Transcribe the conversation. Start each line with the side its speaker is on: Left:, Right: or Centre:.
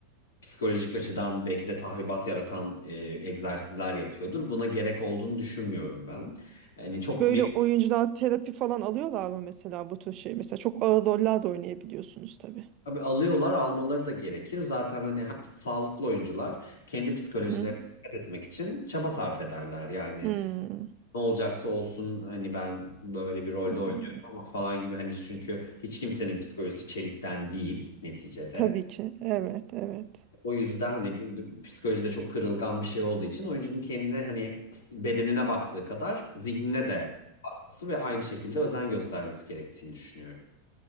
Left: psikolojik açıdan belki de tahribat yaratan e, egzersizler yapıyordur. Buna gerek olduğunu düşünmüyorum ben. Yani çok
Right: Böyle
Left: bir
Right: oyuncular terapi falan alıyorlar mı mesela bu tür şey? Mesela çok ağır roller de oynayabiliyorsunuz tabii.
Left: tabii alıyorlar, almaları da gerekir. Zaten hani ha- sağlıklı oyuncular kendi psikolojilerine
Right: Hı hı.
Left: dikkat etmek için çaba sarf ederler. Yani
Right: Hmm.
Left: ne olacaksa olsun hani ben böyle bir rolde
Right: Hı
Left: oynuyorum
Right: hı.
Left: ama falan gibi hani çünkü hiç kimsenin psikolojisi çelikten değil neticede.
Right: Tabii ki. Evet, evet.
Left: O yüzden hani bir, bir- psikolojide çok kırılgan bir şey olduğu için oyuncunun kendine hani bedenine baktığı kadar zihnine de bakması ve aynı şekilde özen göstermesi gerektiğini düşünüyorum.